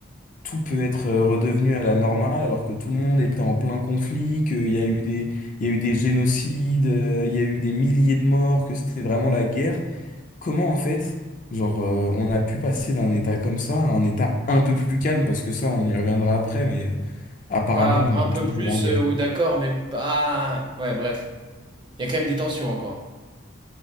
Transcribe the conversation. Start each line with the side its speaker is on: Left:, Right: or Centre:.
Left: tout peut être euh, redevenu à la normale alors que tout le monde était en plein conflit, qu'il y a eu des, il y a eu des génocides, euh, il y a eu des milliers de morts, que c'était vraiment la guerre. Comment en fait, genre, euh, on a pu passer d'un état comme ça à un état un peu plus calme, parce que ça, on y reviendra après, mais euh, apparemment,
Right: Pas
Left: on
Right: un
Left: est
Right: peu
Left: toujours
Right: plus,
Left: en guerre.
Right: euh, ou d'accord, mais pas. Ouais, bref. Il y a quand même des tensions encore.